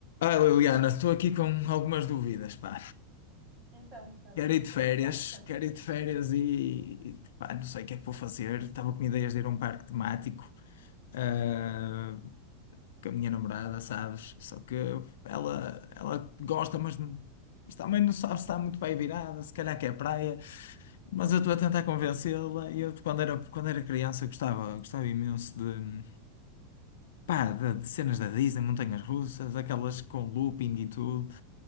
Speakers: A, on the left (about 75°); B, on the right (about 20°).
A: Ah, Liliana, estou aqui com algumas dúvidas, pá.
B: Então, Carlos,
A: Quero ir
B: o
A: de
B: que
A: férias,
B: é que se passa?
A: quero ir de férias e, e, pá, não sei o que é que vou fazer. Estava com ideias de ir a um parque temático, ah, com a minha namorada, sabes? Só que ela, ela gosta, mas, não- mas também não sabe se está muito bem virada, se calhar quer praia. Mas eu estou a tentar convencê-la. e Eu, quando era, quando era criança, eu gostava, gostava imenso de, pá, de, de cenas da Disney, montanhas russas, aquelas com looping e tudo.